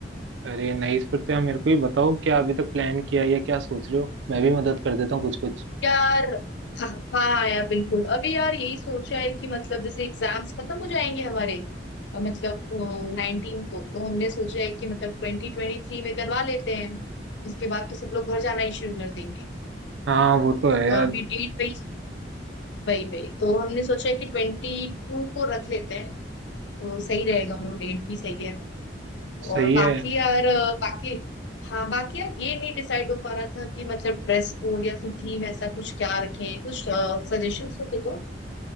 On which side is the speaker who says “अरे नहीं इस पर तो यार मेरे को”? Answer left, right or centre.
Right